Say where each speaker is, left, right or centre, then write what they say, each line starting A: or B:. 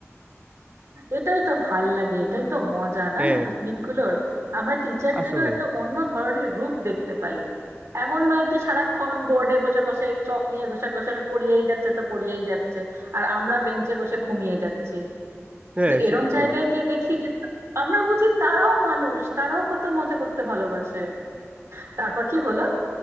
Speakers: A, on the right; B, on the right.
A: এটাই তো ভাল লাগে এটাই তো মজা না
B: হ্যাঁ
A: এই পিকনিক গুলোর আমরা টিচারদেরও
B: আসলে
A: একটা অন্য ধরনের রূপ দেখতে পাই এমন নয় যে সারাক্ষণ বোর্ডে বসে বসে এই চক নিয়ে ঘষে ঘষে পড়িয়েই যাচ্ছে তো পড়িয়েই যাচ্ছে আর আমরা বেঞ্চে বসে ঘুমিয়ে যাচ্ছি
B: হ্যাঁ
A: কিন্তু এরম
B: সেটাই
A: জায়গায় গিয়ে দেখি যে আমরা বুঝি তারাও মানুষ তারাও কত মজা করতে ভালোবাসে তারপর কি হলো